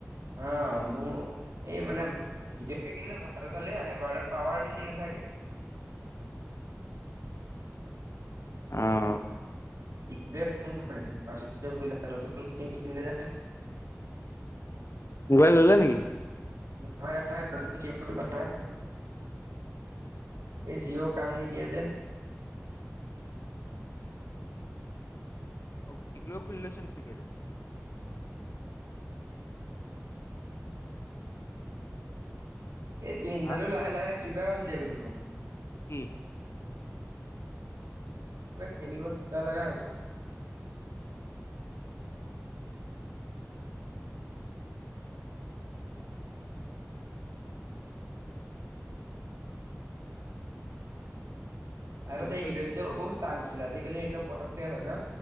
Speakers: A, on the right (about 85°); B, on the left (about 60°).
A: আ', মোৰ, এই মানে হিদে সি কিন্তু ভাল ভালে আনে বাৰু পাৱাৰ বেছি নাথাকে।
B: উম'।
A: <unintelligible> <inaudible>
B: মোবাইল ল'লে নেকি?
A: <unintelligible> নতুন চিম এখন <unintelligible> এই জিঅ' কাম নিদিয়ে যে।
B: অ', তিক্‌লোয়েও খুলি লৈছে নেকি এইটো?
A: এই গেমডালো
B: হা
A: লাহে লাহে কিবা হৈছেগৈ দেখোন।
B: কি?
A: কিবা খেলিব কিবা লাগা আইছো। আগতে
B: গেম
A: এই হিৰইত যাব বহুত টান আছিলে, আজিকালি একদম পতক্‌কে হয় ন?